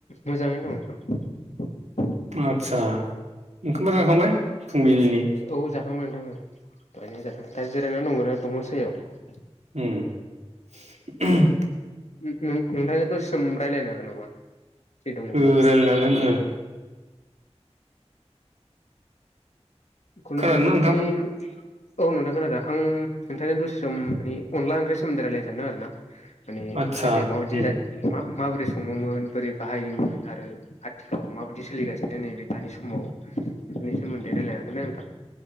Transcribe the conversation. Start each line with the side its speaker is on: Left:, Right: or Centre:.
Left: मोजाङैनो दं नोंथां।
Right: आदसा ओंखाम जाखांबाय फुंबिलिनि?
Left: औ जाखांबाय औ दा जिरायना दं ओरैनो दंफां सायाव
Right: उम
Left: नों-नो-नोंथांजों दसे सम रायज्लायनो हागोन नामा? फ्रि दङब्ला
Right: ओं रायलायनो हागोन ओं
Left: माने
Right: खोनादोंना नोंथां
Left: औ नोंथां खोनादों। आं नोंथांजों दसे सम मानि अनला ओंख्रि सोमोन्दै रायलायनो सानदों आरोना। माने
Right: आदसा
Left: गोदो माबायदि
Right: उम
Left: माबोरै सं सङोमोन बोरै बाहायोमोन आरो आथिखालाव माबायदि सोलिगासिनो नैबे दानि समाव। बिसोरनि सोमोन्दै रायलायनो। हागोन ना नोंथां?